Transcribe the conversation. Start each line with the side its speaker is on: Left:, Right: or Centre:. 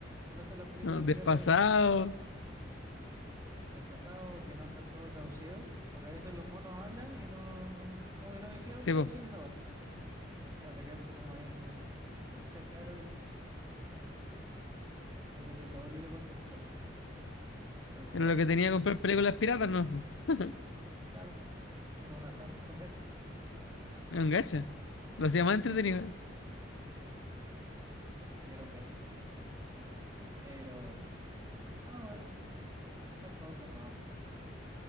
Right: ¿Qué pasa en las películas
Left: no, desfasado.
Right: piratas a veces? o Desfasados, que no están todos traducidos, o que a veces los monos hablan y no, no, como que no decidieron
Left: Sí,
Right: traducir
Left: po.
Right: esa parte, ¿no? Y chao, te quedaste como ahí, quizás qué habrá dicho, se pierde todo el hilo contextual. Entonces,
Left: Era lo que tenía que comprar películas piratas, no. po. <laughs>
Right: claro, era un azar, era un gacho,
Left: Era un gacha. Lo hacía
Right: sí,
Left: más entretenido.
Right: sí, era un gacho. Pero... Ah, bueno, son cosas no